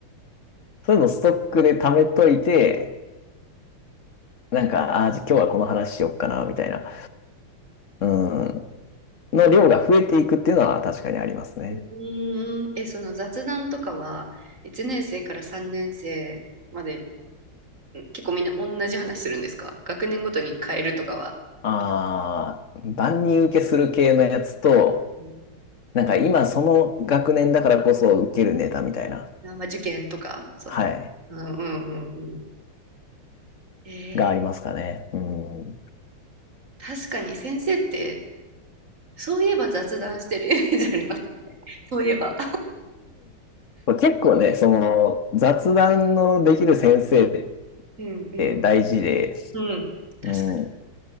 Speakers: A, on the left; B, on the right.
A: そういうのストックで貯めといて、なんか、ああ、じゃあ今日はこの話しよっかな、みたいな、うん、の量が増えていくっていうのは確かにありますね。
B: うーん、え、その雑談とかは、1年生から3年生まで、ん結構みんな同じ話するんですか学年ごとに変えるとかは。
A: ああ、
B: あ
A: 万人受けする系のやつと、
B: うん
A: なんか今その学年だからこそ受けるネタみたいな。
B: あまあ、受験とか、そんな。
A: はい。
B: うんうんうんうんえー
A: がありますかね。うん。
B: 確かに先生って、そういえば雑談してるイメージありますね。<laughs> そういえば。
A: 結構ね、その、雑談のできる先生っ
B: うんうん。
A: て大事で、
B: うん。確かに。
A: うん。